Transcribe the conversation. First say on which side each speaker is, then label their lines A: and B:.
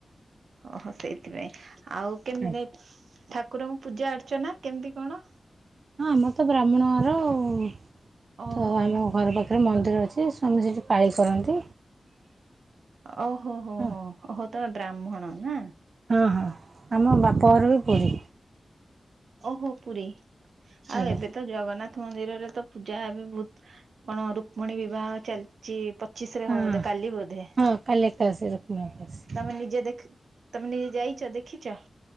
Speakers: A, on the right; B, on the right.
A: ଓହୋ ସେଇଥିପାଇଁ। ଆଉ କେମତି
B: ଆଜ୍ଞା।
A: ଠାକୁରଙ୍କୁ ପୂଜା ଅର୍ଚ୍ଚନା କେମତି କଣ।
B: ହଁ ଆମର ତ ବ୍ରାହ୍ମଣ ଘର ଆଉ।
A: ଓହୋ
B: ତ ଆମ ଘର ପାଖରେ ମନ୍ଦ ମନ୍ଦିର ଅଛି। ସ୍ୱାମୀ ସେଠି ପାଳି କରନ୍ତି।
A: ଓହୋ ହୋ
B: ହଁ
A: ହୋ ଓହୋ ତମେ ବ୍ରାହ୍ମଣ ନା।
B: ହଁ ହଁ ଆମ ବାପ ଘର ବି ପୁରୀ।
A: ଓହୋ ପୁରୀ ଆଉ
B: ଆଜ୍ଞା
A: ଏବେ ତ ଜଗନ୍ନାଥ ମନ୍ଦିରରେ ତ ପୂଜା ବି ବହୁତ କଣ ରୁକ୍ମଣୀ ବିବାହ ଚାଲିଛି। ପ ପଚିଶିରେ
B: ହଁ।
A: ହଉ ବଧେ କାଲି ବଧେ।
B: ହଁ କାଲି ଏକାଦଶୀ ରୁକ୍ମଣୀ ଏକାଦଶୀ
A: ତମେ ନିଜେ ଦେଖ ତମେ ନିଜେ ଯାଇଚ ଦେଖିଛ।